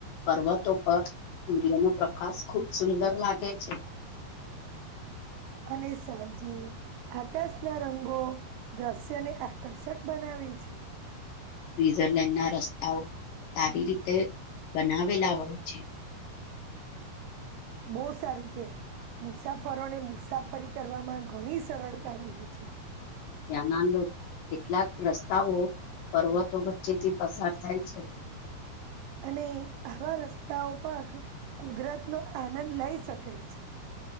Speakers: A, on the left; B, on the right.
A: પર્વતો પર સૂર્યનો પ્રકાશ ખૂબ સુંદર લાગે છે. <unintelligible>
B: અને સાંજીે આકાશ ના રંગો દ્રશ્યને આકર્ષક બનાવી છે.
A: સ્વિઝરલેન્ડના રસ્તાઓ સારી રીતે બનાવેલા હોય છે. <inaudible>
B: બહ સારું કેહેવાય મુસાફરોને મુસાફરી કરવામાં ઘણી સરળતા રહી છે. <inaudible>
A: એ ના કેટલાક રસ્તાઓ પર્વતો વચ્ચેથી પસાર થાય છે.
B: અને આવા રસ્તાઓ પર કુદરતનો આનંદ લઈ શકાય છે.